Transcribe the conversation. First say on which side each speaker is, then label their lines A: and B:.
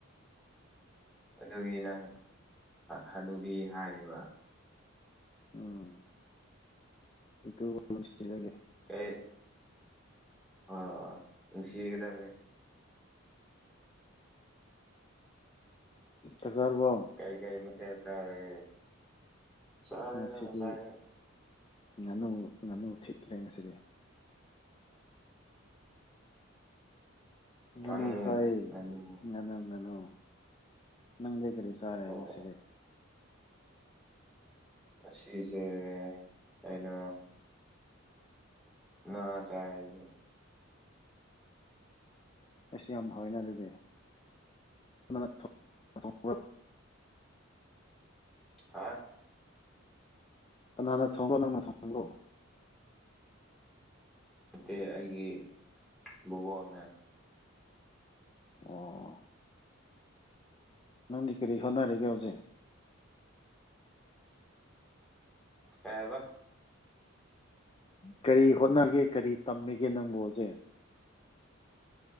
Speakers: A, in the centre; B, on the left (about 25°).
A: ꯑꯗꯨꯒꯤ ꯅꯪ ꯍꯅꯨꯕꯤ ꯍꯥꯏꯔꯤꯕ꯫
B: ꯎꯝ ꯑꯩ ꯁꯤꯔꯒꯦ
A: ꯀꯩ ꯑꯣ ꯑ ꯅꯨꯡꯁꯤꯒꯗꯕꯅꯦ
B: ꯊꯔꯕꯣ
A: ꯀꯔꯤ ꯀꯔꯤ ꯃꯊꯦꯜ ꯆꯥꯔꯒꯦ ꯆꯥꯔꯗ
B: ꯉꯁꯤꯗꯤ
A: ꯉꯁꯥꯏ ꯑꯅ
B: ꯉꯥꯅꯨ ꯉꯥꯅꯨ ꯊꯤꯠꯈ꯭ꯔꯦ ꯉꯁꯤꯗꯤ ꯉꯅꯨꯁꯥꯏꯌꯦ
A: ꯉꯥꯅꯨ ꯉꯥꯅꯨ
B: ꯉꯅꯨ ꯅꯪꯒꯅꯨ ꯅꯪꯗꯤ ꯀꯔꯤ ꯆꯥꯔꯦ
A: ꯑꯣ
B: ꯉꯁꯤꯗꯤ
A: ꯑꯁꯤꯁꯦ ꯑꯩꯅ ꯅ ꯆꯥꯏ
B: ꯑꯩꯁ ꯌꯥꯝ ꯍꯥꯎꯋꯦꯅ ꯑꯗꯨꯗꯤ <unintelligible> ꯊꯣꯡꯕ꯭ꯔꯣ
A: ꯍꯥ꯫
B: ꯀꯅꯥꯅ ꯊꯣꯡꯕꯔꯣ ꯅꯪꯅ ꯊꯣꯡꯕꯔꯣ꯫
A: ꯅꯠꯇꯦ ꯑꯩꯒꯤ ꯕꯣꯕꯣꯛꯅ꯫
B: ꯑꯣ꯫ ꯅꯪꯗꯤ ꯀꯔꯤ ꯍꯣꯠꯅꯔꯤꯒꯦ ꯍꯧꯖꯤꯛ꯫
A: ꯀꯩ ꯍꯥꯏꯕ꯫
B: ꯀꯔꯤ ꯍꯣꯠꯅꯒꯦ ꯀꯔꯤ ꯇꯝꯃꯤꯒꯦ ꯅꯪꯕꯨ ꯍꯧꯖꯤꯛ꯫